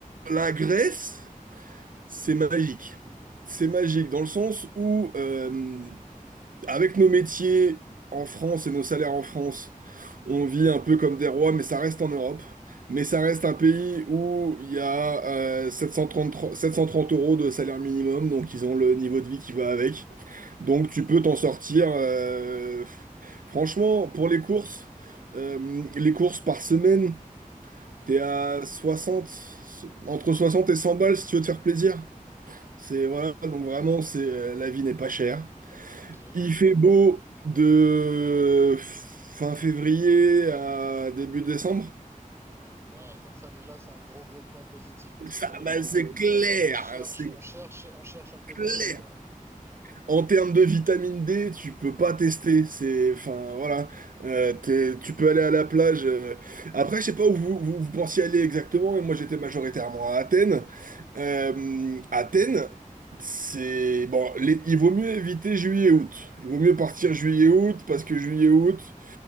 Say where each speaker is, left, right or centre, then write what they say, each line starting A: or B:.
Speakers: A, on the right (about 70°); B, on the right (about 15°).
A: la Grèce, c'est magique. C'est magique dans le sens où, euh, avec nos métiers en France et nos salaires en France, on vit un peu comme des rois, mais ça reste en Europe. Mais ça reste un pays où il y a euh, 733 730 euros de salaire minimum, donc ils ont le niveau de vie qui va avec. Donc tu peux t'en sortir. euh, Franchement, pour les courses, euh, les courses par semaine, t'es à 60, entre 60 et 100 balles si tu veux te faire plaisir. C'est voilà, donc vraiment, c'est euh, la vie n'est pas chère.
B: Ok.
A: Il fait beau de fin février à début décembre.
B: Ouais, donc ça déjà c'est un gros gros point positif parce
A: Ça,
B: que c'est vrai
A: bah,
B: qu'on
A: c'est clair,
B: on cherche
A: c'est
B: on cherche on cherche un peu de
A: clair.
B: soleil. Ouais.
A: En termes de vitamine D, tu peux pas tester. C'est, enfin, voilà. Euh, t'es- tu peux aller à la plage. euh. Après, je sais pas où vous, vous, vous pensiez aller exactement. Mais moi, j'étais majoritairement à Athènes. Euh, Athènes, c'est bon. les- il vaut mieux éviter juillet-août. Il vaut mieux partir juillet-août parce que juillet-août,